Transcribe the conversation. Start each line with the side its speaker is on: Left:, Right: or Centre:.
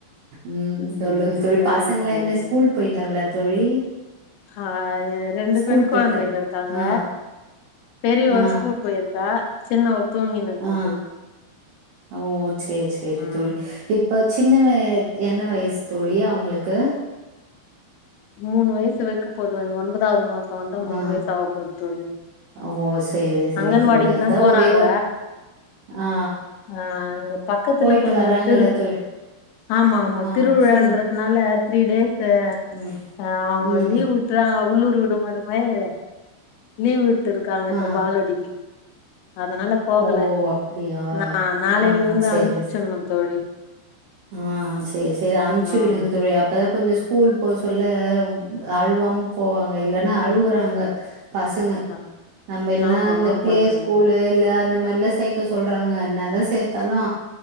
Right: ம் சொல்லுங்க
Left: ம்
Right: தோழி
Left: சரிங்க
Right: பசங்ளா
Left: தோழி
Right: என்ன ஸ்கூல் பொயிட்டாங்ளா தோழி
Left: அ ரெண்டு
Right: ஸ்கூல்
Left: பெண்
Right: போயிட்டாங்க.
Left: கொழந்தைங்க இருக்காங்க
Right: ஆ
Left: பெரியவ
Right: ஆ
Left: ஸ்கூல் பொயிருக்கா சின்னவ தூங்கின்னு இருக்கா
Right: ஆ
Left: தோழி
Right: ஓ சேர் சேரி
Left: ம்
Right: தோழி இ ப்ப சின்னவா என்ன வயசு தோழி அவுங்ளுக்கு
Left: மூணு வயசு வைக்க போது ஒன்பதாவது மாசோ வந்தா மூணு
Right: ஆ
Left: வயசு ஆக போது தோழி
Right: ஓ! சேரி, சேரி
Left: அங்கன்வாடிக்குதா
Right: தோழி. அதான்
Left: போறாங்க
Right: ஒரே ஒரு ஆ
Left: ஆ இங்க பக்கத்துல
Right: போயிட்டு
Left: கொஞ்ச
Right: வராங்கல்ல
Left: திரு
Right: தோழி.
Left: ஆமா ஆமா
Right: ஆ
Left: திருவிழான்றதுனால
Right: சொல்லுங்க.
Left: த்ரீ டேஸ்ஸூ
Right: ம்,
Left: அ அவங்க
Right: ம்.
Left: லீவ் அ உள்ளூர் விடுமுற மாரி லீவ் விட்டு இருக்காங்க இப்ப
Right: ஆ
Left: பால்வாடிக்கு அதனால போகல
Right: ஓ! அப்படியா?
Left: நா நாளையில
Right: ஆ
Left: இருந்து
Right: சேரி,
Left: அனுப்ச்சிவிடணு தோழி
Right: ஆ சேரி சேரி அம்ச்சு
Left: ஆமா
Right: விடுங்க தோழி அப்பதா கொஞ்சோ ஸ்கூல் போ சொல்ல அழுவாம போவாங்க இல்லன்னா அழுவுறாங்க பசங்க
Left: ஆ
Right: நம்ம எல்லா
Left: ஆமா ஆமா
Right: அ பிளே
Left: தோழி
Right: ஸ்கூலு இல்ல அந்த மாரில்லா சே க்கி சொல்றாங்க என்னதா சேத்தாலு